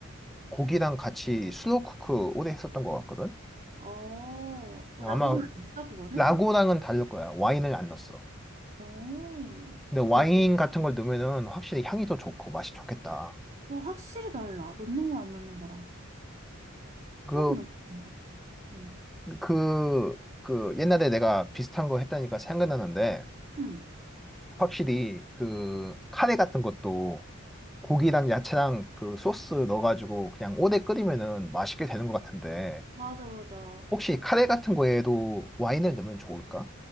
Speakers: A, in the centre; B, on the right.
A: 고기랑 같이 슬로우쿠크 오래 했었던 것 같거든?
B: 어, 어,
A: 뭐
B: 라구는
A: 아마
B: 안 했어, 그거는?
A: 라고랑은 다를 거야. 와인을 안 넣었어.
B: 어,
A: 근데 와인
B: 뭐,
A: 같은 걸 넣으면은 확실히 향이 더 좋고 맛이 좋겠다.
B: 와, 확실히 달라. 넣는 거랑 안 넣는 거랑.
A: 그,
B: 꼭 넣는 것 같아. 응,
A: 그, 그 옛날에 내가 비슷한 거 했다니까 생각나는데
B: 응.
A: 확실히 그 카레 같은 것도 고기랑 야채랑 그 소스 넣어가지고 그냥 오래 끓이면은 맛있게 되는 것 같은데
B: 맞아, 맞아.
A: 혹시 카레 같은 거에도 와인을 넣으면 좋을까?